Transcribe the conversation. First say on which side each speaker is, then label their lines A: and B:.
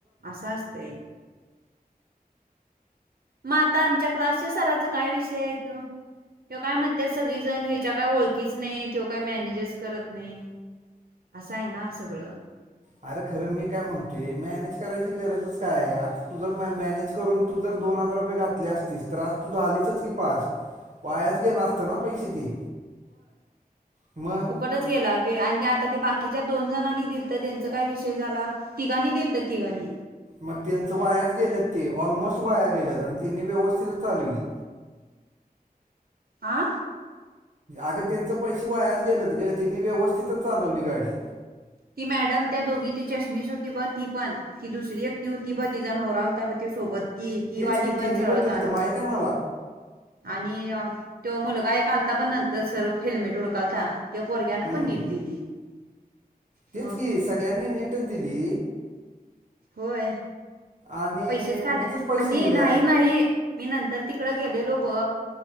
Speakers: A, on the right (about 80°); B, on the right (about 50°).
A: असा असते. म आता आमच्या क्लासच्या सराचा काय विषय आहे तो? त्यो काय म्हणतात सगळीजण ह्याच्या काय ओळखीचं नाही, त्यो काय मॅनेजच करत नाही. असं आहे ना सगळं.
B: अरे खरं मी काय म्हणतोय मॅनेज करायची गरजच काय आता तुझ मै मॅनेज करून तू जर दोन हजार ररुपये घातले असतीस तर आज तू झालीसच की पास. वायाच गेला असत ना पैशे ती म.
A: कटच गेला गे आणि आता ते बाकीच्या दोन जणांनी दिलता त्यांचा काय विषय झाला? तिघानी देलते तिघानी.
B: मग त्यांचं वायाच गेलेत ते ऑलमोस्ट वाया गेलेत आणि त्यांनी व्यवस्थितच चालवली.
A: आ?
B: अगं त्यांच पैशे वायाच गेलत गं त्यांनी व्यवस्थितच चालवली गाडी.
A: ती मॅडम त्या दोघी ती चष्मीस होती ब ती पण ती दुसरी एकटी होती बघ तिचा नवरा होता बघ तिच्या सोबत ती ती
B: तेच
A: वाली
B: की
A: पण
B: त्यांनी
A: सरळ
B: दिलं
A: चालवलं.
B: माहित आहे मला
A: आणि तो मुलगा एकालता ब नंतर सर हेल्मेट उडकालता. त्यो पोरग्यानं
B: हम्म
A: पण नीट दिली.
B: तेच
A: मग
B: कि सगळ्यांनी नीटच दिली.
A: होय.
B: आणि
A: पैसशेच काढाल्या
B: उगीचच पैसे
A: आणि
B: दिल्यात
A: नाही-नाही मी नंतर तिकडं गेलेलो ब